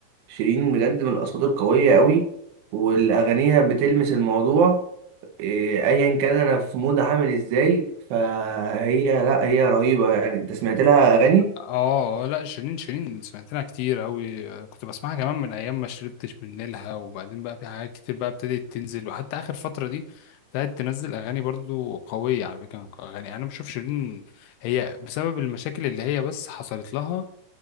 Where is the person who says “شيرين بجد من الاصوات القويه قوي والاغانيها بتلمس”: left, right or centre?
Right